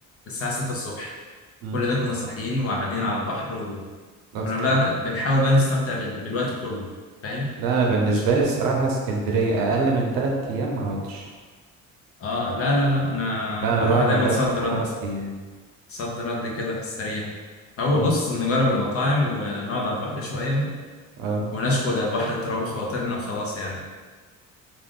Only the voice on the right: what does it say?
مم.
اصلا
ده انا بالنسبه
لي الصراحه اسكندريه اقل من ثلاث ايام ما اقعدش
ده
انا بقعد
من ثلاث
لخمس ايام
امم
اه